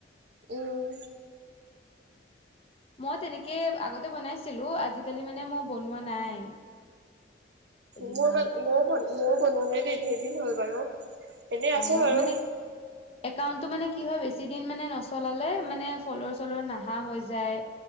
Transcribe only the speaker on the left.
মই তেনেকে আগতে বনাইছিলো আজিকালি মানে মই বনোৱা নাই কেইদিনমান
অ
মানে একাউন্টটো মানে কি কি হয় বেছি দিন মানে নচলালে মানে ফলৰ চলৰ নাহা হৈ যায়